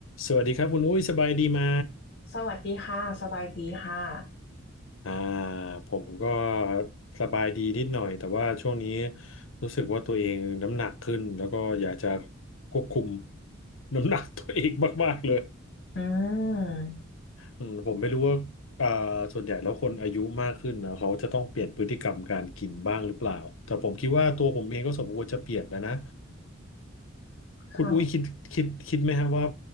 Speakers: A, on the left (about 75°); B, on the left (about 60°).
A: สวัสดีครับคุณอุ้ยสบายดีไหม
B: สวัสดีค่ะสบายดีค่ะ
A: อ่าผมก็สบายดีนิดหน่อยแต่ว่าช่วงนี้รู้สึกว่าตัวเองน้ำหนักขึ้นแล้วก็อยากจะควบคุม <laughs> น้ำหนักตัวเองมากๆเลย
B: อืม
A: อืมผมไม่รู้ว่าอ่าส่วนใหญ่แล้วคนอายุมากขึ้นนะเขาจะต้องเปลี่ยนพฤติกรรมการกินบ้างหรือเปล่าแต่ผมคิดว่าตัวผมเองก็สมควรจะเปลี่ยนแล้วนะ
B: ค่ะ
A: คุณอุ้ยคิดคิดคิดไหมครับว่า